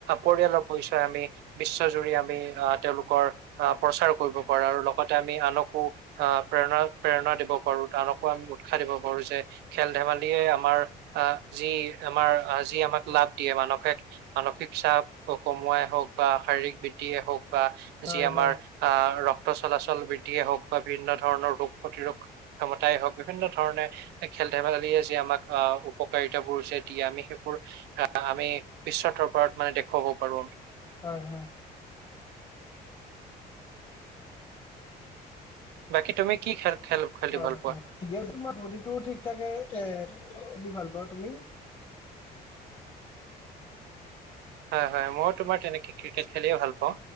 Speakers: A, on the right; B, on the left.
A: পৰিয়ালৰ পৰিচয় আমি বিশ্বজুৰি আমি আ, তেওঁলোকৰ প্ৰচাৰ কৰিব পাৰো আৰু লগতে আমি আনকো অ, প্ৰেৰণা প্ৰেৰণা দিব পাৰো, আনকো আমি উৎসাহ দিব পাৰো। <unintelligible> খেল ধেমালিয়ে আমাৰ আ, যি আমাৰ আ, যি আমাক লাভ দিয়ে মানসে মানসিক চাপ কমোৱাই হওক বা শাৰীৰিক বৃদ্ধিয়ে হওক। বা
B: হয়
A: যি আমাৰ
B: হয় হয়
A: আ, চলাচল বৃদ্ধিয়ে হওক বা বিভিন্ন ধৰণৰ ৰোগ প্ৰতিৰোধ ক্ষমতাই হওক বিভিন্ন ধৰণে খে খেল ধেমালিয়ে যে আমাক আহ উপকাৰিতা বোৰ যে দিয়ে আমি সেইবোৰ আমি বিশ্বদৰবাৰত মানে দেখুৱাব পাৰো আমি।
B: হয় হয়।
A: বাকী তুমি কি খেল খেলি
B: হয়
A: ভাল পোৱা?
B: হয় ঠিক তোমাৰ বডি টোও ঠিক থাকে এ খেলি ভাল <unintelligible> বাৰু তুমি
A: হয়, হয়, মই তোমাৰ তেনেকে ক্ৰিকেট খেলিয়ে ভাল পাওঁ।